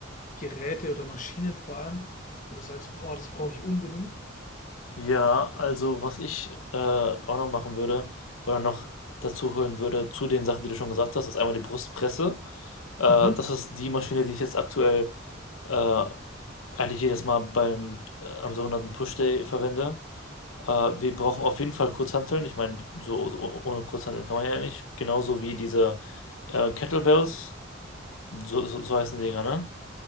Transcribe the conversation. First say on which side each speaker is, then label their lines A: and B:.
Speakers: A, on the left (about 40°); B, on the left (about 85°).
A: Geräte oder Maschinen vor allem, wo du sagst, boah, das brauche ich unbedingt?
B: Ja, also was ich äh, auch noch machen würde oder noch dazu holen würde zu den Sachen, die du schon gesagt hast, ist einmal die Brustpresse. Äh,
A: Mhm.
B: das ist die Maschine, die ich jetzt aktuell äh, eigentlich jedes Mal beim äh, am sogenannten Push-Day verwende. Äh, wir brauchen auf jeden Fall Kurzhanteln. Ich meine, so, so ohne Kurzhanteln kann man ja nicht. Genauso wie diese äh, Kettlebells, so, so, so heißen die Dinger, ne?